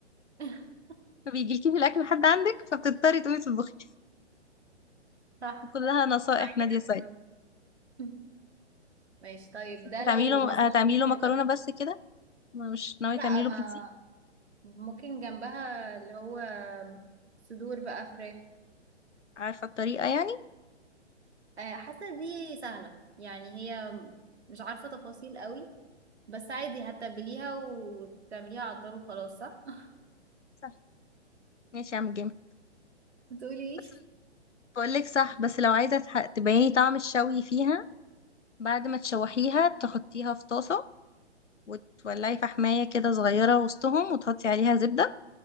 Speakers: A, on the right; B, on the left.
A: <laughs>
B: فبيجيلكي في الاكل لحد عندك فبتضطري تقومي تطبخي
A: صح
B: وكلها نصائح
A: معاكي
B: نادية
A: حق
B: سعيد
A: فعلا. <laughs> ماشي طيب
B: بس انتي
A: ده
B: هتعملي
A: لو
B: له
A: مثلا
B: هتعملي
A: حاجة
B: له مكرونه
A: غدا
B: بس كده مش ناويه
A: لا
B: تعملي
A: ما
B: له بروتين
A: ممكن جنبها اللي هو صدور بقى فراخ
B: عارفه الطريقه يعني
A: آه، حاسة دي سهلة يعني هي مش عارفة تفاصيل قوي بس عادي هتبليها وتعمليها على النار وخلاص صح <laughs>
B: صح ماشي يا عم جيم
A: بتقولي ايه
B: بس بقول لك صح بس لو عايزه تح- تبيني طعم الشوي فيها بعد ما تشوحيها تحطيها في طاسة وتولعي فحماية كده صغيرة وسطهم وتحطي عليها زبدة